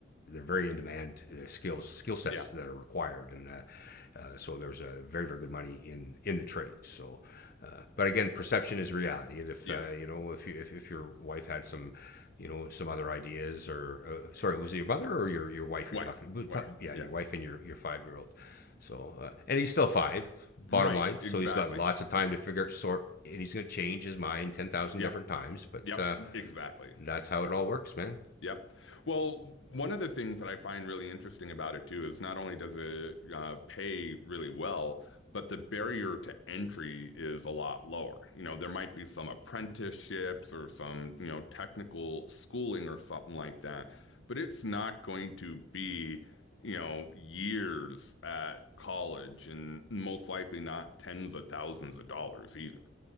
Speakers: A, on the left (about 55°); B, on the left (about 90°).
A: they're very in demand uh, skills skill sets
B: Yeah.
A: that are required, and uh, uh, so there's a very very good money in in the trades. So, uh, but again, perception is reality. And if
B: Yeah.
A: uh, you know if you if, if your wife had some you know, some other ideas or uh, sorry, was it your mother or your your wife
B: Wife.
A: you're talking
B: Wife.
A: to? Yeah,
B: Yeah.
A: your wife and your your five year old. So uh, and he's still five.
B: Right.
A: Bottom line,
B: Exactly.
A: so he's got lots of time to figure out, sort, and he's gonna change his mind ten thousand
B: Yep.
A: different times. But
B: Yep.
A: uh,
B: Exactly.
A: that's how it all works, man.
B: Yeah. Well, one of the things that I find really interesting about it too is not only does it uh, pay really well, but the barrier to entry is a lot lower. You know, there might be some apprenticeships or some, you know, technical schooling or something like that, but it's not going to be, you know, years at college and most likely not tens of thousands of dollars either.